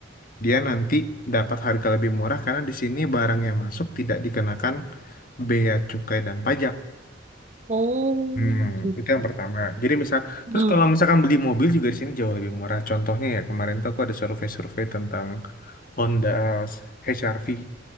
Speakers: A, on the left; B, on the right.
A: dia nanti dapat harga lebih murah karena di sini barang yang masuk tidak dikenakan bea cukai dan pajak.
B: Oh
A: Hmm,
B: gitu.
A: itu yang pertama. Jadi misal,
B: Hmm.
A: terus kalau misalkan beli mobil juga di sini jauh lebih murah. Contohnya ya kemarin tuh aku ada survei-survei tentang Honda HR-V.